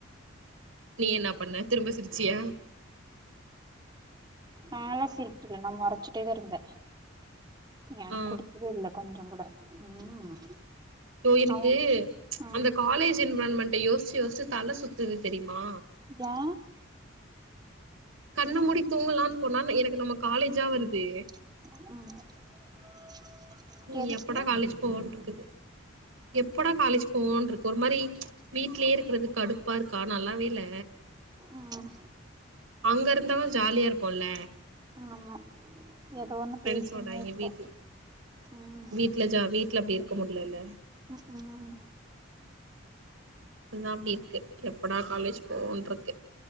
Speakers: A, on the right; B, on the right.
A: நீ என்ன பண்ண திரும்ப சிரிச்சிய
B: நால சிரிக்கில நா மொறச்சிட்டேதா இருந்தே என
A: ஆ
B: புடிக்கவே இல்ல கொஞ்சோ கூட ம்
A: சோ எனக்கு
B: அவன் ம்
A: அந்த காலேஜ் என்விரான்மென்ட்ட யோசிச்சி யோசிச்சி தல சுத்துது தெரியுமா
B: ஏயா
A: கண்ண முடி தூங்கலான்னு போனா எனக்கு நம்ம காலேஜா வருதே
B: ம்
A: ம்
B: எதுக்கு
A: எப்படா காலேஜ் போவோன்டிருக்குது எப்படா காலேஜ் போவோன்டிருக்கு ஒரு மாரி வீட்லயே இருக்கறது கடுப்பா இருக்கா நல்லாவே இல்ல
B: ம்
A: அங்க இருந்தாவாது ஜாலியா இருப்போம்ல
B: ஆமா ஏதோ ஒன்னு
A: ஃப்ரெண்ட்ஸோட
B: பேசினே
A: இங்க
B: இருக்போ
A: வீட்ல
B: ம்
A: வீட்ல ஜா வீட்ல அப்படி இருக் இருக்க முட்லல
B: உஹம் உம்
A: அதா அப்டி இருக்கு எப்படா காலேஜ் போவோன்டிருக்கு